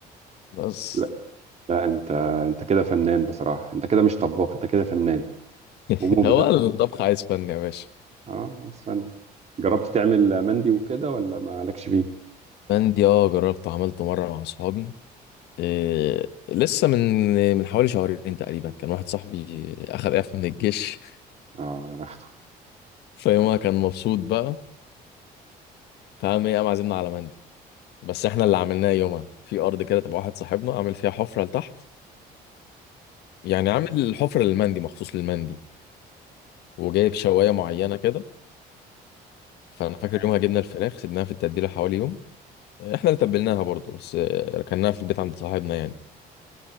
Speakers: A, on the left; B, on the right.
A: بس
B: لا لا انت انت كده فنان بصراحه انت كده مش طباخ انت كده فنان
A: <laughs>
B: ومبدع
A: هو الطبخ عايز فن يا باشا
B: اه بس فن جربت تعمل مندي وكده ولا مالكش فيه
A: مندي اه جربته عملته مرة مع أصحابي إيه لسه من من حوالي شهرين تقريبا كان واحد صاحبي أخد إعفاء من الجيش
B: اه يا بخته
A: فيومها كان مبسوط بقى فقام ايه قام عازمنا على مندي بس احنا اللي عملناه يومها في ارض كده تبع واحد صاحبنا عامل فيها حفره لتحت يعني عامل الحفره للمندي مخصوص للمندي وجايب شوايه معينه كده فانا فاكر
B: آه.
A: يومها جبنا الفراخ سيبناها في التتبيله حوالي يوم احنا اللي تبلناها برضه بس آه، ركناها في البيت عند صاحبنا يعني